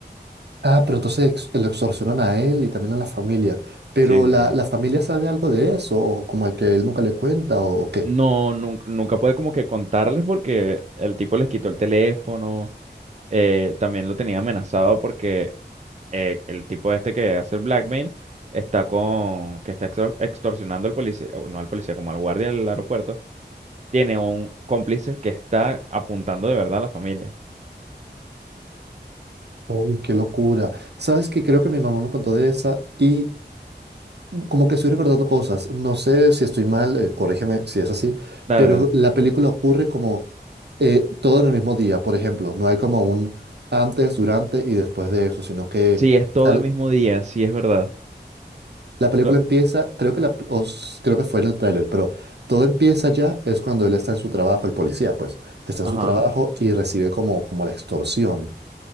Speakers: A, on the right (about 70°); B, on the right (about 40°).
A: Ah, pero entonces ex- lo extorsionan a él y también a la familia. Pero
B: Sí, sí,
A: la,
B: sí.
A: la familia sabe algo de eso, o como que él nunca le cuenta, o, o qué.
B: No, nunca, nunca pude como que contarles porque el tipo les quitó el teléfono, eh, también lo tenía amenazado porque eh, el tipo este que hace el blackmail está con, que está extor- extorsionando al policía, o no al policía, como al guardia del aeropuerto, tiene un cómplice que está apuntando de verdad a la familia.
A: Uy, qué locura. Sabes que creo que mi mamá me contó de esa y como que estoy recordando cosas. No sé si estoy mal, eh, corrígeme si es así,
B: Dale,
A: pero
B: dale.
A: la película ocurre como eh, todo en el mismo día, por ejemplo. No hay como un antes, durante y después de eso, sino que
B: Sí, es todo
A: o sea,
B: el mismo día, sí es verdad.
A: La película
B: Lo-
A: empieza, creo que, la, o s- creo que fue en el tráiler, pero todo empieza ya, es cuando él está en su trabajo, el policía, pues, está
B: Ajá.
A: en su trabajo y recibe como, como la extorsión.